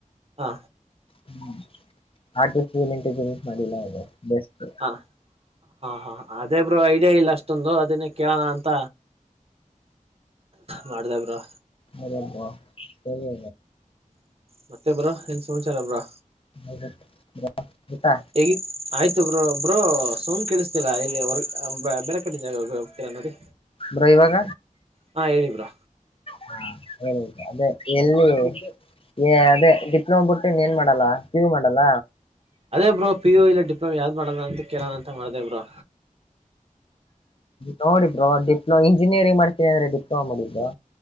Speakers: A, on the right; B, on the left.
A: ಹಾ
B: ಹ್ಮ ಆಂಟಜಸ್ ಮಾಡಿಲ್ಲ ಅದು ಬೆಸ್ಟ್
A: ಹ ಹಾ ಹಾ ಅದೇಬ್ರು ಐಡಿಯಾ ಇಲ್ಲ ಅಷ್ಟೊಂದು ಅದನ್ನೇ ಕೇಳೋಣ ಅಂತ ಮಾಡ್ದವರು
B: ಬಬ ಸರಿ
A: ಮತ್ತೆಬ ಬ್ರೋ ಏನ್ ಸಮಾಚಾರ ಬ್ರೋ
B: <unintelligible>
A: ಹೇಗಿ ಆಯ್ತು ಬ್ರೋ ಬ್ರೋ ಸೌಂಡ್ ಕೇಳಿಸ್ತಿಲ್ಲಾ ಇಲ್ಲಿ ಬೇರೆ ಕಡೆ ಜಾಗೋಗ ಹೋಗ್ತೀರಾ ನೋಡಿ.
B: ಬ್ರೋ ಇವಾಗ
A: ಹಾ ಹೇಳಿ ಬ್ರೋ
B: ಹಾ ಹೇಳ ಅದೇ ಎಲ್ಲಿ ಏ ಅದೇ ಡಿಪ್ಲೊಮಾ ಬಿಟ್ಟು ಇನ್ ಏನ್ ಮಾಡಲ್ಲ ಪಿಯು ಮಾಡಲ್ಲ.
A: ಅದೇ ಬ್ರೋ ಪಿ ಯು ಇಲ್ಲ ಡಿಪ್ಲೊಮ ಯಾವ್ದ್ ಮಾಡದ ಅಂತ ಕೇಳೋಣ ಅಂತ ಮಾಡ್ದೇ ಬ್ರೋ
B: ನೋಡಿದ್ರು ಡಿಪ್ಲೊಮ ಇಂಜಿನಿಯರಿಂಗ್ ಮಾಡ್ತೀನಿ ಅಂದ್ರೆ ಡಿಪ್ಲೊಮಾ ಮಾಡಿದ್ರು